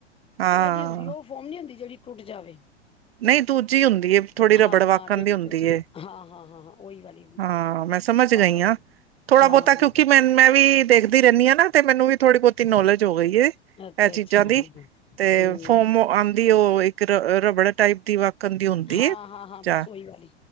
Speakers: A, on the right; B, on the left.
A: ਹਾਂ
B: ਅਲਗ ਈ ਹੁੰਦੀਏ, ਓ ਫੋਮ ਨੀ ਹੁੰਦੀ ਜੇੜੀ ਟੁੱਟ ਜਾਵੇ।
A: ਨਈਂ ਦੂਜੀ ਹੁੰਦੀ ਏ, ਥੋੜ੍ਹੀ
B: ਹਾਂ
A: ਰਬੜ ਵਕਣ
B: ਹਾਂ ਜਿਹੜੀ
A: ਦੀ ਹੁੰਦੀ
B: ਤੁਸੀਂ
A: ਏ।
B: ਹਾਂ, ਹਾਂ, ਹਾਂ, ਹਾਂ ਉਹੀ ਵਾਲੀ।
A: ਹਾਂ ਮੈਂ ਸਮਝ
B: ਪਾ
A: ਗਈ
B: ਰਹੇ
A: ਆ,
B: ਹੋ
A: ਥੋੜ੍ਹਾ
B: ਹਾਂ
A: ਬਹੁਤਾ ਕਿਉਂਕਿ ਮੈਨੂੰ ਮੈਂ ਵੀ ਦੇਖਦੀ ਰਹਿੰਦੀ ਹਾਂ ਨਾ, ਤੇ ਮੈਨੂੰ, ਵੀ ਥੋੜ੍ਹੀ ਬਹੁਤੀ ਨੋਲੇਜ ਹੋ ਗਈ ਏ।
B: ਅੱਛਾ
A: ਇਹ ਚੀਜ਼ਾਂ
B: ਅੱਛਾ
A: ਦੀ,
B: ਹਾਂ ਹਾਂ
A: ਤੇ
B: ਹਮ
A: ਫੋਮ ਆਉਂਦੀ ਉਹ ਇੱਕ ਰਬੜ ਟਾਈਪ ਦੀ ਵਕ ਵਕਣ ਦੀ ਹੁੰਦੀ
B: ਹਾਂ
A: ਏ
B: ਹਾਂ ਹਾਂ
A: ਜਾਂ
B: ਬਸ ਉਹੀ ਵਾਲੀ